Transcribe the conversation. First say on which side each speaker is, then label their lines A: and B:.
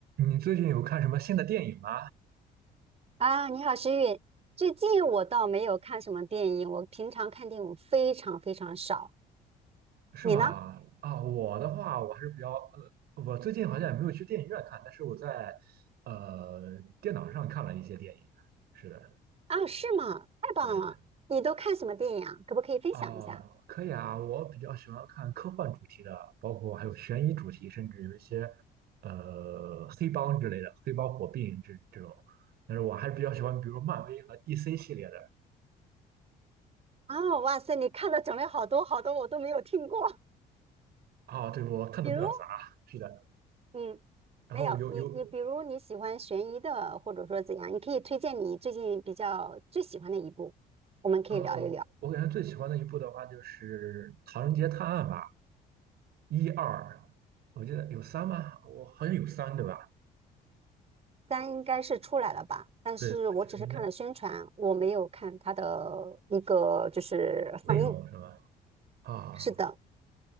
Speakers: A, on the right; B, on the right.
A: 你最近有看什么新的电影吗？
B: 啊，你好，石韵。最近我倒没有看什么电影，我平常看电影非常非常少。
A: 是吗？
B: 你呢？
A: 啊，我的话，我还是比较呃，我最近好像也没有去电影院看，但是我在呃电脑上看了一些电影。是的，
B: 啊，是吗？太棒了！
A: 对
B: 你都看什么电影啊？可不可以分享一下？
A: 啊，可以啊，我比较喜欢看科幻主题的，包括还有悬疑主题，甚至有一些呃黑帮之类的，黑帮火并这这种。但是我还是比较喜欢，比如漫威和 DC 系列的。
B: 啊，哇塞，你看的种类好多好多，我都没有听过。
A: 啊，对，我看的比较杂。
B: <laughs> 比如，
A: 是的，
B: 嗯，
A: 然后有有
B: 没有你，你比如你喜欢悬疑的，或者说怎样，你可以推荐你最近比较最喜欢的一部，我们可以聊一聊。
A: 呃，我感觉最喜欢的一部的话就是《唐人街探案》吧，一二，我记得有三吗？我好像有三，对吧？
B: 三应该是出来了吧，但是我只是看了宣传，
A: 对，我记得应该
B: 我没有看它的一个就是放映。
A: 内容是吧？啊，
B: 是的，